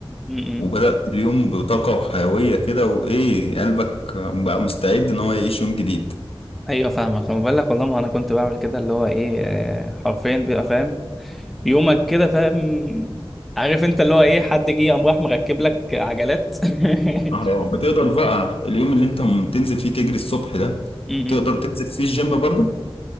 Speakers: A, in the centre; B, on the left (about 80°).
A: م- م.
B: وبدأت اليوم بطاقة وحيوية كده وايه قلبك بقى مستعد ان هو يعيش يوم جديد
A: أيوه فاهمك أنا بقول لك والله ما أنا كنت بعمل كده اللي هو إيه آه، حرفيا بيبقى فاهم يومك كده فاهم عارف أنت اللي هو إيه حد جه قام راح مركب لك عجلات <laughs>
B: اه بتقدر بقى اليوم اللي انت م- تنزل فيه تجري الصبح ده
A: امم
B: تقدر تنزل فيه الجيم برضو